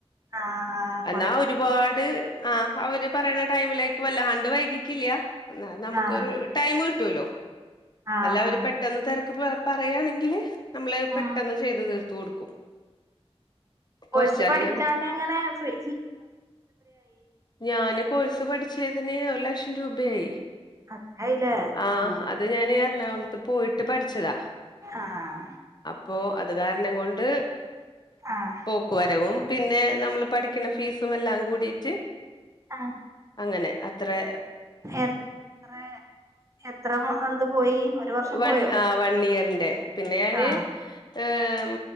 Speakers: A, on the right; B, on the left.
A: ആഹ
B: എന്നാ ഒരുപാട് ആ അവര് പറയുന്ന ടൈമിലേക്ക് വല്ലാണ്ട് വൈകിക്കില്ല. എന്നാ നമുക്കൊരു
A: ആഹ്
B: ടൈം കിട്ടുല്ലോ
A: ആഹ്
B: അല്ല അവര് പെട്ടെന്ന് തെരക്ക് പറയാണെങ്കിൽ നമ്മള് പെട്ടെന്ന്
A: ആഹ്
B: ചെയ്ത് തീർത്ത കൊടുക്കും.
A: കോയ്സ്
B: കുറച്ചധികം
A: പഠിച്ചാനങ്ങനെ ഫ്രീ
B: ഞാന് കോഴ്സ് പഠിച്ചതിന് ഒരു ലക്ഷം രൂപയായി.
A: അത്രായില്ലേ
B: ആഹ
A: ആഹ്
B: അത് ഞാൻ എറണാകുളത്ത് പോയിട്ട് പഠിച്ചതാ.
A: ആഹ
B: അപ്പോൾ അത് കാരണം കൊണ്ട്
A: ആഹ്
B: പോക്ക് വരവും പിന്നെ നമ്മൾ പഠി ഫീസും എല്ലാം കൂടിട്ട്
A: ആഹ
B: അങ്ങനെ അത്രെ
A: എത്ര എത്ര മന്ത് പോയി. ഒരു വർഷം
B: വൺ
A: പോയോ
B: ആ വൺ ഇയറിൻന്റെ പിന്നെ ഞാന്
A: ആഹ്
B: എം